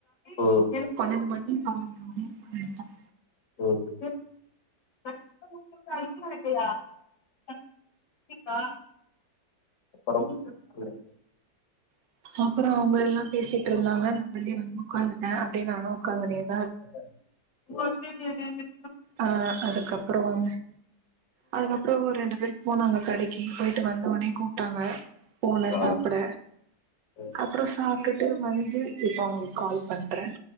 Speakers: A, on the left (about 65°); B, on the right (about 75°).
A: ம்
B: பன்னெண்டு மணி பதினொ மணிட்டேன்
A: ம். <inaudible> <unintelligible> அப்புறம் <inaudible>
B: <inaudible> அப்ரோ அவங்க எல்லா பேசிட்டு இருந்தாங்க. நா வெளிய வந் உட்காந்துட்ட அப்படி நானு உட்காந்து <unintelligible>
A: <inaudible>
B: ஆ அதுக்கப்புறம் அதுக்கப்புறம் ஒரு ரெண்டு பேர் போனாங்க கடைக்கு போயிட்டு வந்த உடனே கூப்ட்டாங்க. போனே
A: ஆ.
B: சாப்பிட
A: ம்
B: அப்புறம் சாப்ட்டு <unintelligible> கால் பண்றேன்.